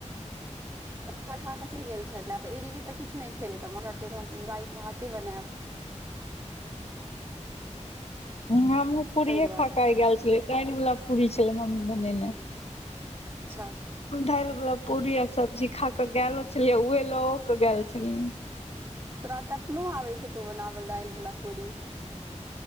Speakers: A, on the right; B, on the left.
A: ला कऽ चलि गेल छलैऽ एलियै तऽ किछु नहि खेलै तऽ हम कहल रातिमे हाथे बनायब
B: हमूँ पूरीये
A: ताहि दुआरे
B: खााक आय गेल छलीयै दैल वालापूरी छलै म्मी बनेनाइ
A: अच्छा
B: दालि गुलाब पूड़ी आ सब्जी खााक गोलो छलियै उहे लओ के गेल छलियै
A: तोरा त अपनो आबैत हे तो बनावल दालि वालला पूरी